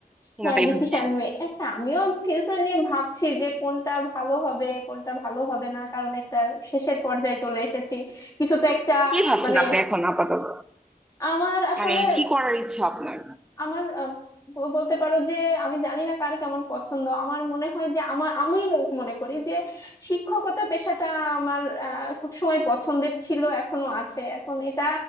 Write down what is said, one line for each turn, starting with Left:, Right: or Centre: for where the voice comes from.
Centre: হীনতাই
Left: হ্যাঁ ডিসিশন
Centre: ভুগছি
Left: একটা আমিও ফিউচার নিয়ে ভাবছি যে কোনটা ভালো হবে কোনটা ভালো হবে না কারণ একটা শেষের পর্যায়ে চলে এসেছি কিছু তো একটা
Centre: কি ভাবছেন
Left: মানে
Centre: আপনি এখন আপাতত
Left: আমার আসলে
Centre: মানে কি করার ইচ্ছা আপনার
Left: আমার আম, ব- বলতে পারো যে আমি জানি না কার কেমন পছন্দ আমার মনে হয় যে আমার আমি মনে করি যে শিক্ষকতা পেশাটা আমার সব সময় পছন্দের ছিল এখনো আছে এখন এটা